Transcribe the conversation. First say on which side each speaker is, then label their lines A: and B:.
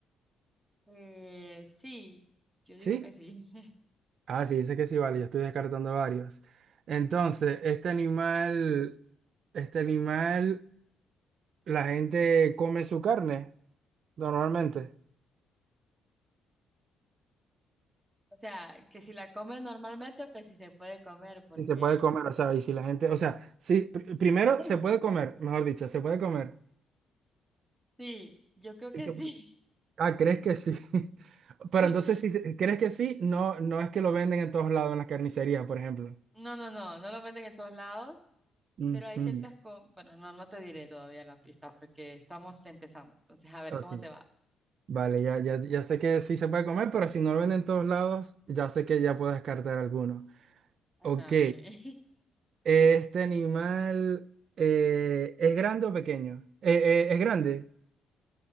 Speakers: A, on the right; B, on the right.
A: Eh, sí, yo digo
B: ¿sí?
A: que sí. <laughs>
B: Ah, sí, dice que sí, vale, yo estoy descartando varios. Entonces, este animal, este animal, la gente come su carne normalmente
A: O sea, que si la comes normalmente o que si se puede comer, porque
B: y se puede comer, o sea, y si la gente, o sea, sí, pr- primero
A: <laughs>
B: se puede comer, mejor dicho, se puede comer.
A: sí, yo creo
B: Sí,
A: que
B: se
A: sí.
B: puede. Ah, ¿crees que sí? <laughs> Pero
A: <laughs>
B: entonces, si se- crees que sí, no, no es que lo venden en todos lados en las carnicerías, por ejemplo.
A: No, no, no, no lo venden en todos lados.
B: Ujú,
A: Pero hay ciertas cosas, bueno, no, no te diré todavía la pista porque estamos empezando. Entonces, a ver
B: ok.
A: cómo te va.
B: Vale, ya, ya, ya sé que sí se puede comer, pero si no lo venden en todos lados, ya sé que ya puedo descartar alguno.
A: Ajá,
B: Ok,
A: ok. <laughs>
B: este animal eh, es grande o pequeño? Eh, eh, es grande,